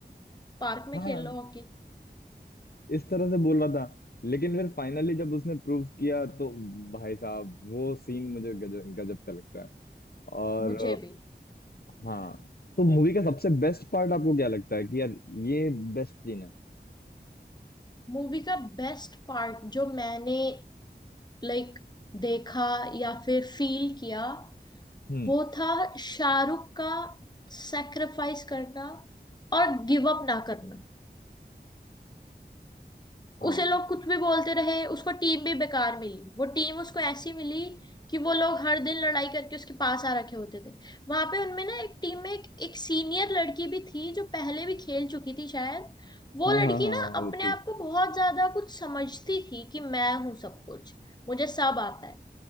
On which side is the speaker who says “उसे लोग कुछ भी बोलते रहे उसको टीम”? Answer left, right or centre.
Left